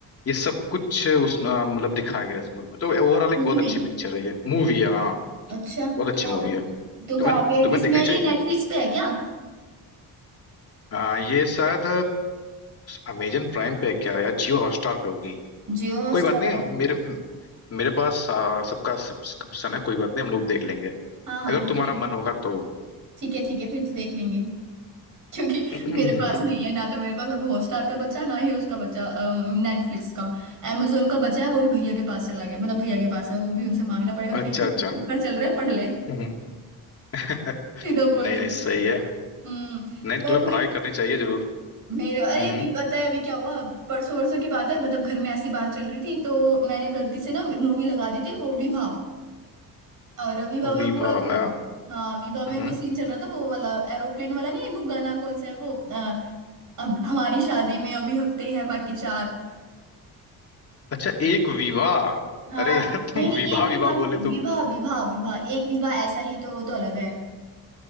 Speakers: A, on the left; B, on the right.
A: ये सब कुछ उस अ, मतलब दिखाया गया है इस मूवी में तो ओवरऑल एक
B: मूवी
A: बहुत अच्छी
B: में
A: पिक्चर है ये मूवी है हाँ
B: अच्छा
A: बहुत अच्छी
B: तो
A: मूवी है
B: तो
A: तुम्हें
B: कहाँ पे है
A: तुम्हें
B: किसमें
A: देखनी
B: है
A: चाहिए
B: ये नेटफ्लिक्स पे है क्या
A: हाँ ये शायद अमेजन प्राइम पे है क्या या जियो हॉटस्टार पे होगी
B: जियो हॉटस्टार
A: कोई बात नहीं हम-
B: पे
A: मेरे म- मेरे पास अ, सबका सब्सक्रिप्शन है कोई बात नहीं हम लोग देख लेंगे
B: हाँ हाँ
A: अगर
B: ठीक
A: तुम्हारा
B: है फिर
A: मन होगा तो
B: ठीक है ठीक है फिर तो देख लेंगे क्योंकि
A: <clears throat>
B: मेरे पास नहीं है ना तो मेरे पास अब हॉटस्टार का बचा ना ही उसका बचा नेटफ्लिक्स का amazon का बचा है वो भी भैया के पास चला गया मतलब भैया के पास है वो भी उनसे मांगना पड़ेगा तो
A: अच्छा
B: कहेंगे
A: अच्छा
B: पेपर चल रहे हैं पढ़ ले
A: हम्म।
B: <laughs>
A: <laughs>
B: सीधा बोल
A: नहीं
B: देंगे
A: नहीं सही है
B: हम्म
A: नहीं
B: बट
A: तुम्हें
B: मैं
A: पढ़ाई करनी चाहिए जरूर
B: मेरे अरे
A: हम्म
B: अभी पता है अभी क्या हुआ परसों वरसों की बात है मतलब घर में ऐसी बात चल रही थी तो मैंने गलती से ना मूवी लगा दी थी वो विवाह और विवाह
A: विभा
B: में वो वाला
A: मैं
B: हाँ विवाह
A: हम्म
B: में वो सीन चल रहा था वो वाला एरोप्लेन वाला नहीं है, वो गाना कौन सा है वो अ, अब हमारी शादी में अभी हफ्ते हैं बाकी चार
A: अच्छा एक विवाह
B: हाँ
A: अरे यार
B: नहीं
A: तुम
B: नहीं
A: विवाह
B: एक विवाह
A: विवाह
B: नहीं
A: बोले
B: विवाह
A: तुम
B: विवाह विवाह एक विवाह ऐसा ही तो वो तो अलग है